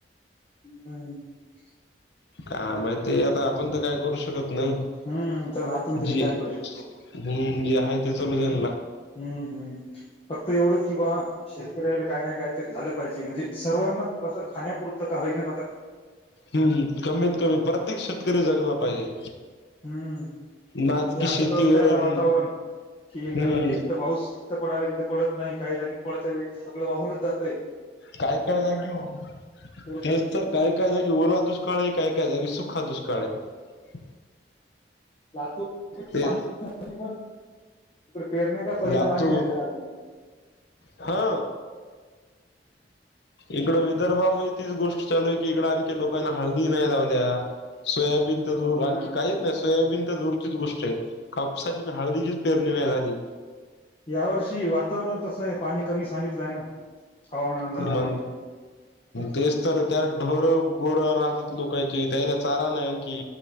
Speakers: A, on the left; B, on the left.
A: <unintelligible>
B: हा म ते आता आपण त काय करू शक <unintelligible> त्यात नाही
A: हम्म त्याला आपण तरी
B: जे
A: काय करू शकतो
B: हूं जे हाय ते चालू दया ना.
A: हूं हूं फक्त एवढंच की बा शेतकऱ्याला काय नाय काय तरी झालं पाहिजे म्हणजे सर्वांना असं खाण्यापूरत का हि मत
B: हम् कमीत कमी प्रत्येक शेतकरी जगला पाहिजे
A: हम्म ते
B: नाच की
A: असं
B: शेतीवर
A: करतय आता
B: अन्
A: वातावरण कि एक
B: हम्म
A: तर पाऊस इथं पडायला तिथं पडत नाही काही लगे पडतय सगं वाहूनच जात
B: काय करायला घेऊ
A: उरलंच
B: तेच तर काय काय जाग ओला दुष्काळ आहे काय काय जागे सुखा दुष्काळ आहे
A: लातू
B: ते
A: पा पण फेरण्याचा पहिला
B: लातूर
A: माहि्य झाला अजून
B: हा इकडं विदर्भामध्ये तीच गोष्ट चालू आहे की इकड आणखी लोकांना हळदी नाही लावल्या सोयाब तर दूर
A: हो ना
B: आणखी काहीच नाही सोयाबीन तर दूरचीच गोष्ट आहे कापसाची हळदीचीच पेरणीय झाली
A: या वर्षी वातावरण तसं आहे पाणी कमी सांगितलंय ना हवामान अंदाजाने
B: मग
A: भी
B: तेच तर त्या गोर राहतात लोकांचे त्याना चारा ना आणखी